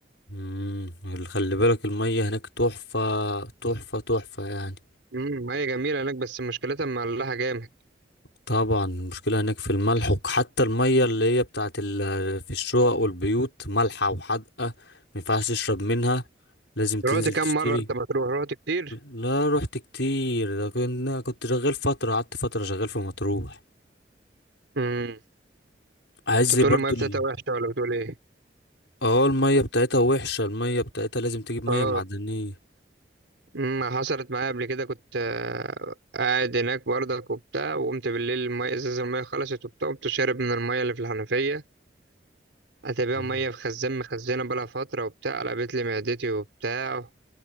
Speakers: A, on the left; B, on the right.
A: مم. اللي خلي بالك المية هناك تحفة تحفة تحفة يعني
B: امم هي جميلة هناك بس مشكلتها مملحة جامد
A: طبعا المشكلة هناك في الملح وحتى المية اللي هي بتاعت ال... في الشقق والبيوت مالحة وحادقة مينفعش تشرب منها لازم تنزل
B: رحت كام
A: تشتري
B: مرة انت مطروح رحت كتير
A: لا رحت كتير ده كنا كنت شغال فترة قعدت فترة شغال في مطروح
B: امم
A: عايز
B: انت بتقول
A: برضو
B: المية بتاعتها
A: ال...
B: وحشة ولا بتقول ايه
A: اه المية بتاعتها وحشة المية بتاعتها لازم تجيب مية
B: اه
A: معدنية
B: امم حصلت معايا قبل كده كنت آه، قاعد هناك برضك وبتاع وقمت بالليل المية ازازة المية خلصت وبتاع قمت شارب من المية اللي في الحنفية هتبقى
A: مم.
B: مية في خزان مخزنة بقالها فترة وبتاع قلبت لي معدتي وبتاع